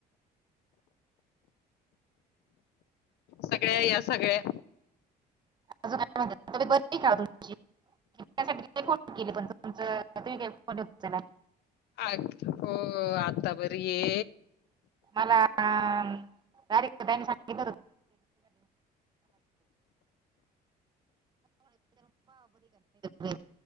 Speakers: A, on the left; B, on the right.
A: सगळ्या या सगळ्या
B: अ काय म्हणतात बरी काढ त्यासाठी फोन केले पण तुमच तुम्ही काय फोनता त्याला
A: अ हो आता बरी ये
B: मला तारीखनी सांगित हो <inaudible>